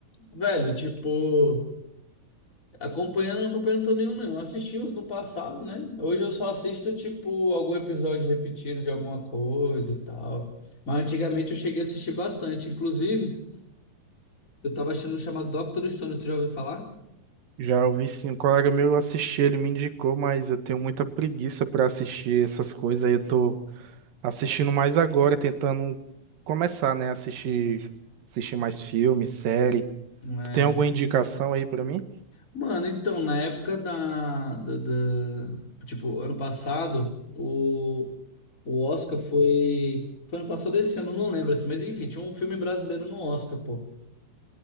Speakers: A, on the left; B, on the right.
A: Velho, tipo. Acompanhando, acompanhando, não tô nenhum, não. Eu assisti uns no passado, né? Hoje eu só assisto, tipo, algum episódio repetido de alguma coisa e tal. Mas antigamente eu cheguei a assistir bastante. Inclusive, eu tava assistindo um chamado Doctor Stone, tu já ouviu falar?
B: Já ouvi sim, um colega meu assistiu, ele me indicou, mas eu tenho muita preguiça pra assistir essas coisas aí. Eu tô assistindo mais agora, tentando começar, né? Assistir, assistir mais filme, série.
A: É.
B: Tu tem alguma indicação aí pra mim?
A: Mano, então, na época da, da, da- Tipo, ano passado, o, o Oscar foi. Foi ano passado esse ano, eu não lembro assim, mas enfim, tinha um filme brasileiro no Oscar, pô.